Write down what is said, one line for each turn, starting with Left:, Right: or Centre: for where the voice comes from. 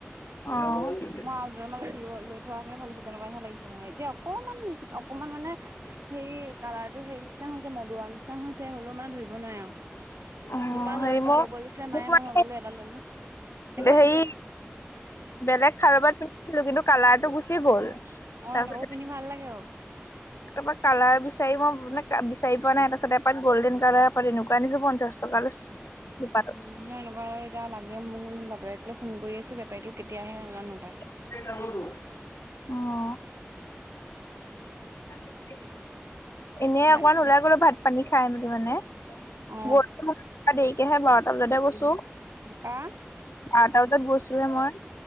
Left: অ',
Right: মই আৰু লৈ মানে কি হল লৈ থোৱা হেতেনে ভাল হৈছে তেনেকুৱাহে লাগিছে মানে এতিয়া অকমান নিচে অকমান মানে সেই কালাৰ টো সেৰি নিচিনা হৈছে মদুৰা নিচিনা হৈছে হলেওঁ মানে ধৰিব নোৱাৰে আওঁ।
Left: অ
Right: দুপাত
Left: হেৰি
Right: লৈ থো
Left: মোক
Right: ল'ব দিছিলে
Left: মোক
Right: মায়ে
Left: মানে
Right: মই নল'লো এডাল ল'লো এইবোৰ আজিকালি
Left: হেৰি বেলেগ খাৰু এপাত পিন্ধিছিলোঁ কিন্তু কালাৰটো গুচি গ'ল তাৰপিছতে
Right: অ এনেকুৱাবোৰ পিন্ধি ভাল লাগে অ,
Left: তাৰ পা কালাৰ বিচাৰি মই মানে বিচাৰি পোৱা নাই তাৰপাছত এপাৰ গল্ডেন কালাৰ এপাত এনেকুৱা আনিছোঁ পঞ্চাশ টকা লৈছে। দুপাতত
Right: উম, মই এনেকুৱা এতিয়া লাগে মোক মানে বাপেৰেকে ফোন কৰি আছে বেপাৰীতো কেতিয়াহে নাজানোপায়।
Left: <unintelligible> অ, <inaudible> এনে
Right: তাকে
Left: অকমান ওলাই গলো ভাত পানী খাই মেলি মানে
Right: অ
Left: <unintelligible> তা দেৰিকেহে বাৰটা বজাতহে গৈছো
Right: হা
Left: বাৰটা বজাত গৈছোহে মই।